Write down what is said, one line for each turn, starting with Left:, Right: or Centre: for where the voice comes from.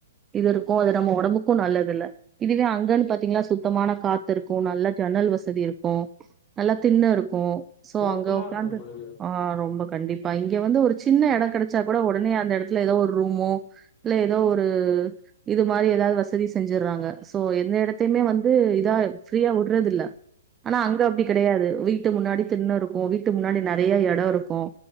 Right: இது இருக்கு அது நம்ம உடம்புக்கு நல்லது இல்ல இதுவே அங்கன்னு பாத்தீங்கன்னா சுத்தமான காத்து இருக்கு நல்ல ஜன்னல் வசதி இருக்கு க்கு நல்ல திண்ண இருக்கு சோ
Left: ஓப்பனா
Right: அங்க உக்காந்து
Left: இருக்கு உங்களுக்கு
Right: ஆ ரொம்ப கண்டிப்பா இங்க வந்து ஒரு சின்ன இடம் கிடைச்சா கூட உடனே அந்த இடத்துல எதோ ஒரு ரூமோ இல்ல எதோ ஒரு இது மாரி எதாவது வசதி செஞ்சுறாங்க சோ எந்த இடத்தையுமே வந்து இதா ஃப்ரீயா விட்றது இல்ல ஆனா அங்க அப்டி கெடையாது வீட்டு முன்னாடி திண்ண இருக்கு வீட்டுக்கு முன்னாடி நெறய எட இருக்கு